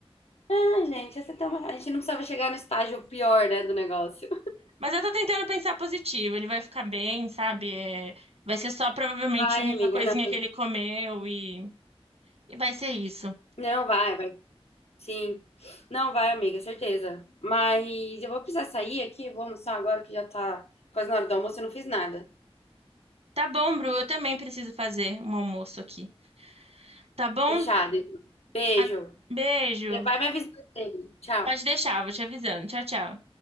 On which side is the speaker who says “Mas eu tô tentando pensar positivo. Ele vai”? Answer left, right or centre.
Right